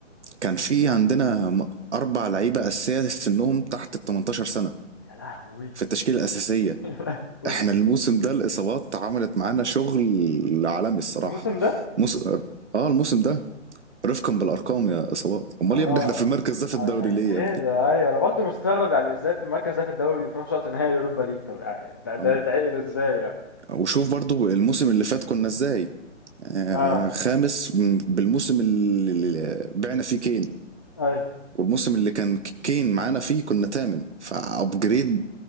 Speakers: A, on the right; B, on the left.
A: كان في عندنا م- اربع لعيبه اساسيه سنهم تحت ال 18 سنه
B: يا لهوي
A: في التشكيله الاساسيه
B: <laughs> يا لهوي
A: احنا الموسم ده الاصابات عملت معانا شغل عالمي الصراحه
B: الموسم ده
A: موسم اه الموسم ده رفقا بالارقام يا اصابات امال
B: اه
A: يا ابني احنا في المركز ده في
B: عشان
A: الدوري ليه
B: كده
A: يا ابني
B: ايوه انا برضو مستغرب يعني ازاي في المركز ده في الدوري وفي نفس الوقت نهائي اوروبا ليج طب يعني ده ده
A: اه
B: يتعقل ازاي يعني
A: وشوف برضو الموسم اللي فات كنا ازاي آه
B: اه
A: خامس م- بالموسم اللي اللي بعنا فيه كين
B: ايوه
A: والموسم اللي كان ك- كين معانا فيه كنا تامن فابجريد